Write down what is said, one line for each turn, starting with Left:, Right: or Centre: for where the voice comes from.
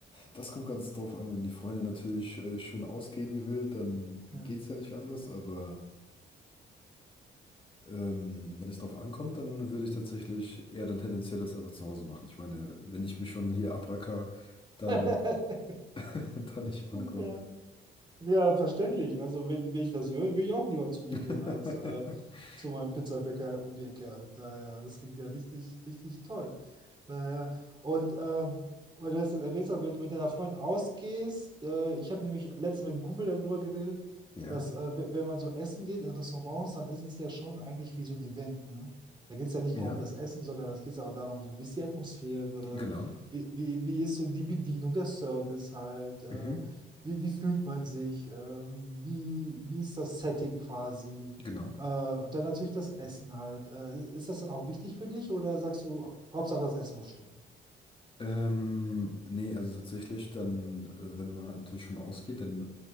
Left: Das kommt ganz drauf an, wenn die Freundin natürlich äh, schön ausgehen will, dann geht's
Right: Ja.
Left: ja nicht anders, aber ähm, wenn es drauf ankommt, dann würde ich tatsächlich eher dann tendenziell das einfach zu Hause machen. Ich meine, wenn ich mich schon hier abracker, dann,
Right: <laughs>
Left: <laughs> dann nicht ohne Grund.
Right: Ja. Ja, verständlich. Also, wenn, wenn ich das höre, will ich auch lieber zu dir
Left: <laughs>
Right: gehen als äh, zu meinem Pizzabäcker um die Ecke. Daher, das klingt ja richtig, richtig toll. Naja, und ähm, weil du das jetzt erwähnt hast, wenn du mit deiner Freundin ausgehst, äh, ich habe nämlich letztens mit einem Kumpel darüber geredet,
Left: Ja,
Right: dass äh, we- wenn man so essen geht in Restaurants, dann ist es ja schon eigentlich wie so ein Event, ne? Da geht es ja nicht
Left: ja,
Right: nur um das Essen, sondern es geht auch darum, so wie ist die Atmosphäre,
Left: genau.
Right: wie, wie, wie ist so die Bedienung, der Service halt, äh,
Left: Mhm.
Right: wie, wie fühlt man sich, äh, wie, wie ist das Setting quasi.
Left: Genau.
Right: Äh, und dann natürlich das Essen halt. Äh, ist das dann auch wichtig für dich oder sagst du, Hauptsache das Essen muss stimmen?
Left: Ähm, nee, also tatsächlich, dann, äh, wenn man halt natürlich schon ausgeht, dann